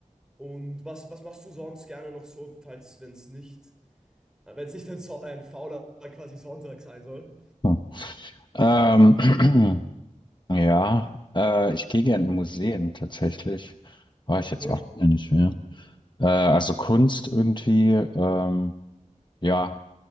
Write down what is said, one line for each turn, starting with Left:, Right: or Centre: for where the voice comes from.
Centre: und was, was machst du sonst gerne noch so, falls, wenn es nicht, äh, wenn es nicht ein, so äh, ein fauler quasi Sonntag sein soll?
Left: Hm. Ähm, <clears throat> Ja, äh, ich gehe gerne in Museen tatsächlich. War ich jetzt
Centre: Okay,
Left: auch lange nicht mehr. Äh, also Kunst irgendwie, ähm, ja,